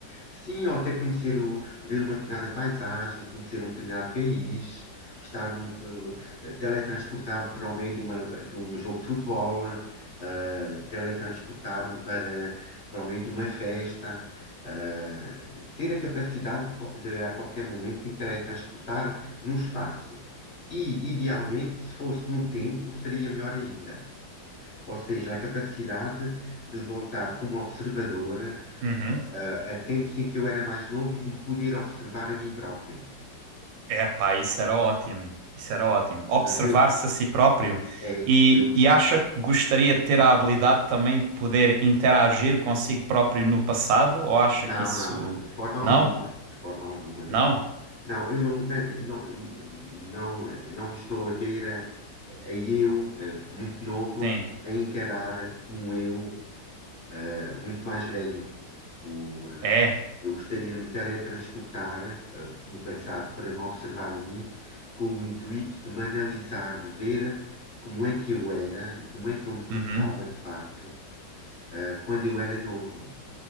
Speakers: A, on the left; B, on the right.
A: Sim, ou até conhecer o, ver uma determinada paisagem, conhecer um determinado país, estar num, no- eh, teletransportar-me para o meio de, uma, de um jogo de futebol, eh, teletransportar-me para, para o meio de uma festa, eh, ter a capacidade de, co- de, a qualquer momento me teletransportar no espaço. E, idealmente, se fosse no tempo, seria melhor ainda ou seja, a capacidade de voltar como observadora
B: Uhum.
A: ah, a tempos em que eu era mais novo e de me poder observar a mim próprio.
B: Epá, isso era ótimo. Isso era ótimo. Observar-se
A: Portanto, eu,
B: a si próprio
A: é,
B: e,
A: eu,
B: e acha que gostaria de ter a habilidade também de poder interagir consigo próprio no passado ou acha
A: não,
B: que isso...
A: não, não, de forma alguma,
B: Não?
A: de forma alguma, não.
B: Não?
A: Não, eu não, não, não, não, me estou a ver a, a eu, eh, muito novo,
B: Sim.
A: a encarar um eu eh, muito mais velho. O, eh,
B: É.
A: eu gostaria de me teletransportar, eh, no passado para me observar a mim, com o intuito de me analisar, de ver como é que eu era e como é que eu me portava
B: Uhum.
A: de facto, eh, quando eu era novo.